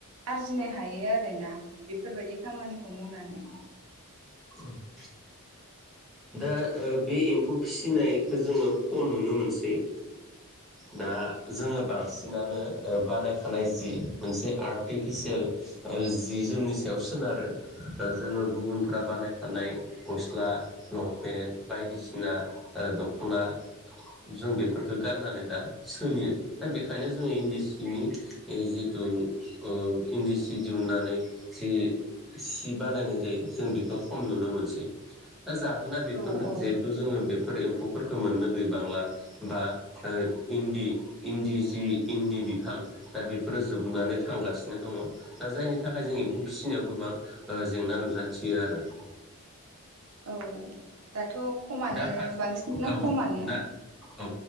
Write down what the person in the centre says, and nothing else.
<unintelligible> दा ओ बे एम्फौ फिसिनायखो जोङो खम नुनो मोनसै।
दा जोङो बांसिनानो ओ बानायखानाय जि मोनसे आर्टिफिसियेल ओ जि जोमनि सायाव सोनारो। ओ जोङो गुबुनफ्रा बानायखानाय गस्ला लंपेन्ट बायदिसिना ओ दख'ना जों बेफोरखो गाननानै दा सोलियो दा बेखायनो जोङो इन्दि सिनि ऐ जिथु उह इन्दि सि दिहुननानै जि सि बानायनाय जायो जों बिखौ खम नुनो मोनसै। दा जाहोना बेफोरनो
जेहेथु जोङो बेफोर एम्फौफोरखो मोननो गैयबांला। बा उह इन्दि इन्दि जि इन्दि बिफां। दा बेफोरो जोबनानै थांगासिन। नो दङ दा जायनि थाखाय जों एम्फौ फिसिनायाव गोबां उह जेंना नुजाथियो आरो।
दा फारसेथिं
औ
दा औ